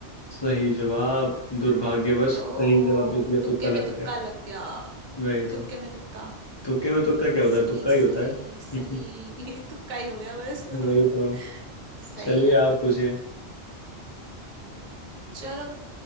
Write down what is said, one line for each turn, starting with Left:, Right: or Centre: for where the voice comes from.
Left: सही जवाब दुर्भाग्यवश
Right: ओ
Left: सही जवाब दे दिया
Right: तुक्के
Left: तुक्का लगा
Right: में तुक्का लग गया
Left: वही
Right: तुक्के
Left: तो
Right: में तुक्का
Left: तुक्के में तुक्का क्या होता
Right: सही
Left: है तुक्का ही
Right: सही
Left: होता है
Right: सही
Left: <laughs>
Right: <laughs> तुक्का ही हो गया बस <laughs>
Left: वही तो
Right: सही
Left: चलिए
Right: है
Left: आप पूछिए
Right: चलो